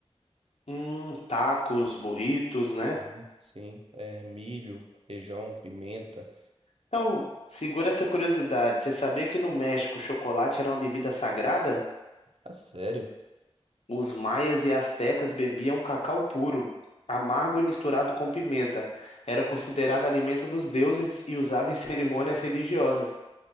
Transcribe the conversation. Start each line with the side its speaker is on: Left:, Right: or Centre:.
Left: Hum, tacos, burritos, né?
Right: Uhum. Sim, é milho, feijão, pimenta.
Left: Então, segura essa curiosidade. Você sabia que no México o chocolate era uma bebida sagrada?
Right: Ah, sério?
Left: Os maias e astecas bebiam cacau puro, amargo e misturado com pimenta. Era considerado alimento dos deuses e usado em cerimônias religiosas.